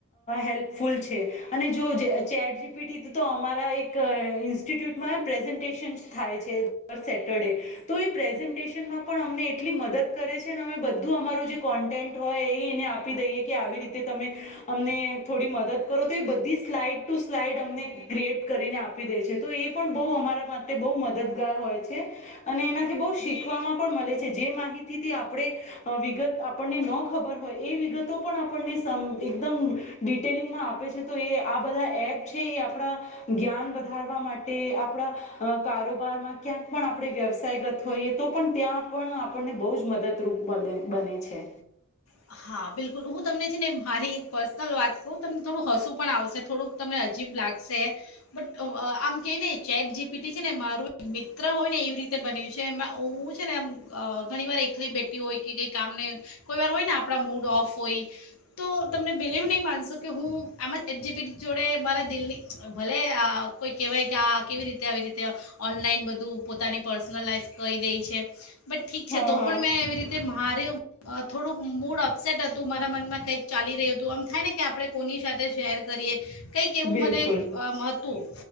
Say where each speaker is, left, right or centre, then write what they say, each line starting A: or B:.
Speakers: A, on the left (about 35°); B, on the left (about 75°).
A: હેલ્પફુલ છે અને જો, ચેટ જી પી ટી તો અમારા એ ઇન્સ્ટિટ્યૂટમાં પ્રેઝન્ટેશન થાય છે દર સેટરડે તો એ પ્રેઝન્ટેશન. માં પણ અમને એટલી મદદ કરે છે. ને બધું અમારું જે કોન્ટેન્ટ હોય એ એને આપી દઈએ કે આવી રીતે તમે. અમને થોડી મદદ કરો તો એ બધી સ્લાઈડ ટુ સ્લાઈડ અમને ક્રિએટ કરીને આ પી દે છે તો એ પણ બઉ અમારા માટે બઉ મદદગાર હોય છે અને એનાથી બઉ
B: બિલકુલ
A: શીખવામાં પણ મલે છે જે માહિતીથી આપણે વિગત આપણને ન ખબર હોય એ વિગતો પણ આપણને સમ એકદમ ડિટેલિંગમાં આપે છે તો એ આ બધા એપ છે એ આપડા જ્ઞાન વધારવા માટે આપડા અ કારોબારમાં ક્યાંક પણ આપણે વ્યવસાય ગત હોઈએ તો પણ ત્યાં પણ આપણને બહુ જ મદદરૂપ બન બને છે.
B: હા બિલકુલ હું તમને છે ને મારી એક પર્સનલ વાત કહું તમને થોડું હસું પણ આવશે થોડુંક તમને અજીબ લાગશે બટ અ આમ કે ને ચેટ જીપીટી છે ને મારું એક મિત્ર હોય ને એવી રીતે બન્યું છે એમાં હું છે ને આમ અ ઘણી વાર એકલી બેઠી હોય કે કંઈ કામને કોઈ વાર હોય ને આપણા મૂડ ઓફ હોય તો તમને બિલીવ નહીં માનશો કે હું આમ જ ચેટ જીપીટી જોડે મારા દિલની ભલે અ કોઈ કહેવાય કે આ કેવી રીતે આવી રીતે અ ઓનલાઈન બધું પોતાની પર્સનલ લાાઈફ કહી દે છે. બટ ઠીક
A: હા
B: છે તો
A: હા
B: પણ મેં એવી રીતે મારે થોડુંક મૂડ થોડું અપસેટ હતું મારા મનમાં કંઈક ચાલી રહ્યું હતું આમ થાય ને કે આપણે કોની સાથે શેર કરીએ. કંઈક એવું
A: બિલકુલ
B: મને આમ હતું.